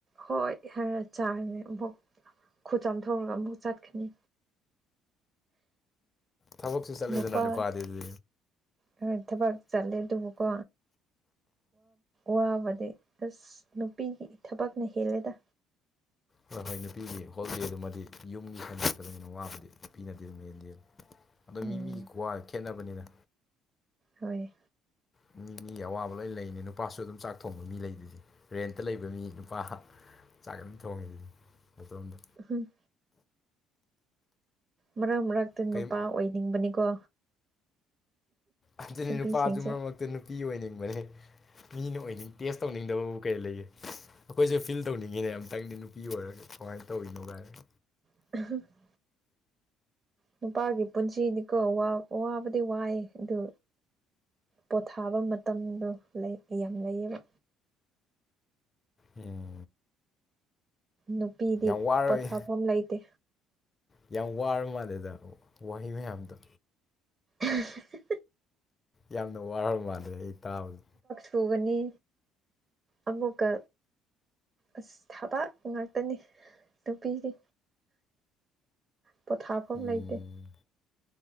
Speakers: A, on the right; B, on the left.
A: ꯍꯣꯏ ꯍꯔ ꯆꯥꯔꯅꯦ ꯑꯃꯨꯛ ꯈꯨꯠ ꯆꯥꯝꯊꯣꯛꯔꯒ ꯑꯃꯨꯛ ꯆꯠꯀꯅꯤ
B: ꯊꯕꯛꯁꯨ ꯆꯠꯂꯤꯗꯅ
A: ꯅꯨꯄꯥ
B: ꯅꯨꯄꯥꯗꯤꯗꯨ
A: ꯍꯣꯏ ꯊꯕꯛ ꯆꯠꯂꯦ ꯑꯗꯨꯕꯨꯀꯣ ꯋꯥꯕꯗꯤ ꯑꯁ ꯅꯨꯄꯤꯒꯤ ꯊꯕꯛꯅ ꯍꯦꯜꯂꯦꯗ
B: ꯍꯣꯏ ꯍꯣꯏ ꯅꯨꯄꯤꯒꯤ ꯍꯣꯂꯤꯗꯦꯗꯨꯃꯗꯤ ꯌꯨꯝꯒꯤ ꯍꯟꯗ ꯑꯣꯏꯅ ꯋꯥꯕꯗꯤ ꯅꯨꯄꯤꯅꯗꯤ ꯑꯗꯨꯝ ꯍꯦꯟꯗꯤ ꯑꯗꯣ
A: ꯎꯝ
B: ꯃꯤ ꯃꯤꯒꯤ ꯀ꯭ꯋꯥ ꯈꯦꯠꯅꯕꯅꯤꯅ
A: ꯍꯣꯏ
B: ꯃꯤ ꯃꯤꯒꯤ ꯑꯋꯥꯕ ꯂꯣꯏ ꯂꯩꯅꯤ ꯅꯨꯄꯥꯁꯨ ꯑꯗꯨꯝ ꯆꯥꯛ ꯊꯣꯡꯕ ꯃꯤ ꯂꯩꯗꯨꯏꯗꯤ ꯔꯦꯟꯇ ꯂꯩꯕ ꯃꯤ ꯅꯨꯄꯥ ꯆꯥꯛ ꯌꯥꯝ ꯊꯣꯡꯉꯤꯗꯨꯅꯤ ꯃꯇꯣꯝꯗ
A: ꯍꯝ ꯃꯔꯛ ꯃꯔꯛꯇ ꯅꯨꯄꯥ
B: ꯀꯩꯝ
A: ꯑꯣꯏꯅꯤꯡꯕꯅꯤꯀꯣ
B: ꯑꯗꯨꯅꯤ
A: ꯅꯨꯄꯤꯁꯤꯡꯁꯨ
B: ꯅꯨꯄꯥꯗꯨ ꯃꯔꯛ ꯃꯔꯛꯇ ꯅꯨꯄꯤ ꯑꯣꯏꯅꯤꯡꯕꯅꯦ ꯃꯤꯅ ꯑꯣꯏꯅꯤꯡ ꯇꯦꯁ ꯇꯧꯅꯤꯡꯗꯕꯕꯨ ꯀꯩ ꯂꯩꯒ ꯑꯩꯈꯣꯏꯁꯨ ꯐꯤꯜ ꯇꯧꯅꯤꯡꯉꯦ ꯃꯤꯅ ꯑꯝꯇꯪꯗꯤ ꯅꯨꯄꯤ ꯑꯣꯏꯔꯒ ꯀꯃꯥꯏꯅ ꯇꯧꯔꯤꯅꯣ ꯀꯥꯏꯅ
A: <unintelligible> ꯅꯨꯄꯥꯒꯤ ꯄꯨꯟꯁꯤꯅꯤꯀꯣ ꯋꯥꯕꯗꯤ ꯋꯥꯏꯑ ꯑꯗꯨ ꯄꯣꯊꯥꯕ ꯃꯇꯝꯗꯣ ꯂꯩ ꯌꯥꯝ ꯂꯩꯌꯦꯕ
B: ꯎꯝ
A: ꯅꯨꯄꯤꯗꯤ
B: ꯌꯥꯝ ꯋꯥꯔꯣꯏ
A: ꯄꯣꯊꯥꯐꯝ ꯂꯩꯇꯦ
B: ꯌꯥꯝ ꯋꯥꯔꯕ ꯃꯥꯜꯂꯦꯗ ꯋꯥꯍꯩ ꯃꯌꯥꯝꯗꯣ
A: <unintelligible>
B: ꯌꯥꯝꯅ ꯋꯥꯔꯕ ꯃꯥꯜꯂꯦ ꯑꯩ ꯇꯥꯕꯗ
A: ꯆꯨꯒꯅꯤ ꯑꯃꯨꯛꯀ ꯑꯁ ꯊꯕꯥꯛ ꯉꯥꯛꯇꯅꯤ ꯅꯨꯄꯤꯖꯦ ꯄꯣꯊꯥꯐꯝ
B: ꯎꯝ
A: ꯂꯩꯇꯦ